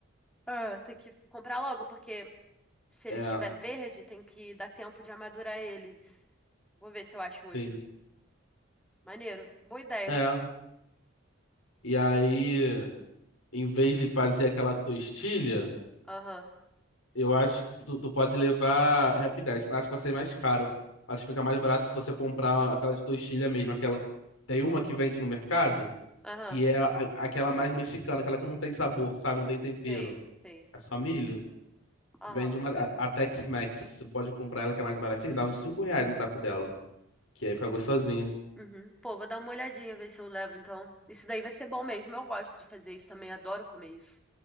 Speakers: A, in the centre; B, on the left.
A: Ah, tem que comprar logo, porque se ele
B: É,
A: estiver verde, tem que dar tempo de amadurar eles. Vou ver se eu acho hoje.
B: sim.
A: Maneiro. Boa ideia.
B: É. E aí, em vez de fazer aquela tostilha,
A: Aham.
B: eu acho que tu, tu pode levar Happy 10. Acho que vai ser mais caro. Acho que fica mais barato se você comprar aquela de tostilha mesmo. Aquela... Tem uma que vende no mercado,
A: Aham.
B: que é a- aquela mais mexicana, aquela que não tem sabor, sabe? Não tem tempero.
A: Sei, sei.
B: É só milho.
A: Aham.
B: Vende uma. A a Tex-Mex. Você pode comprar ela que é mais baratinha, dá uns 5 reais no saco dela. Que aí fica gostosinho.
A: Uhum. Pô, vou dar uma olhadinha, ver se eu levo, então. Isso daí vai ser bom mesmo. Eu gosto de fazer isso também, adoro comer isso.